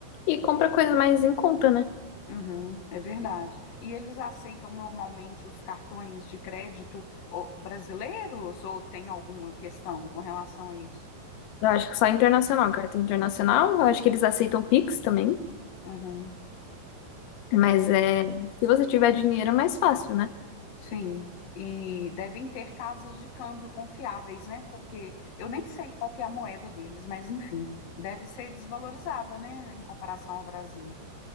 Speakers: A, on the left (about 85°); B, on the left (about 55°).
A: e compra coisa mais em conta, né?
B: Uhum, é verdade. E eles aceitam normalmente os cartões de crédito ô, brasileiros ou tem alguma questão com relação a isso?
A: Eu acho que só internacional, cartão internacional, eu acho que eles aceitam Pix também.
B: Uhum,
A: Mas é, se você tiver dinheiro é mais fácil, né?
B: sim. E devem ter casas de câmbio confiáveis, né? Porque eu nem sei qual que é a moeda deles, mas enfim, deve ser desvalorizada, né, em comparação ao Brasil.